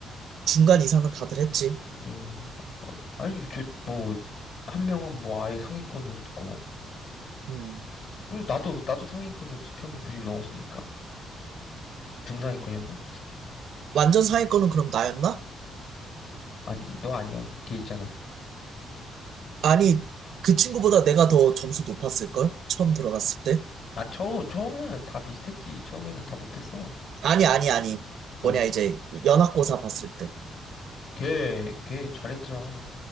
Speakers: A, on the right; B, on the left.
A: 중간 이상은 다들 했지.
B: 어, 아니, 저, 뭐, 한 명은 뭐 아예 상위권이었고.
A: 음.
B: 응, 나도, 나도 상위권이었지. 평균 90이 넘었으니까. 중상위권이었나?
A: 완전 상위권은 그럼 나였나?
B: 아니, 너 아니야. 걔 있잖아.
A: 아니, 그 친구보다 내가 더 점수 높았을걸? 처음 들어갔을 때.
B: 아, 처, 처음에는 다 비슷했지. 처음에는 다 못했어.
A: 아니, 아니, 아니.
B: 뭐,
A: 뭐냐, 이제 연합고사 봤을 때.
B: 걔, 걔 잘했잖아.